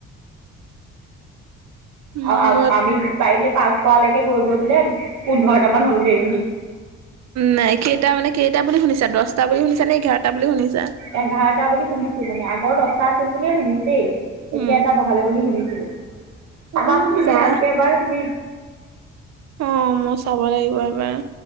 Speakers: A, on the right (about 60°); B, on the right (about 80°).
A: <inaudible>
B: আও', আও,
A: মই
B: আমি পাৰিলে পাচ কৰালেকে গৈ গৈ বোলে। পোন্ধৰটামান হ'লগে ইউনিট।
A: নাই। কেইটা মানে কেইটা বুলি শুনিছা দছটা বুলি শুনিছা নে ইঘাৰটা বুলি শুনিছা?
B: এঘাৰটা বুলি শুনিছোঁ মানে আগৰ দছটা আছিল। বুলিয়ে শুনিছোঁ দেই
A: উম
B: এতিয়া এটা বহালে বুলি শুনিছিলো।
A: উম
B: চাবাচোন তুমি
A: যা
B: ভালকে এবাৰ তুমি
A: অ', মই চাব লাগিব এবাৰ।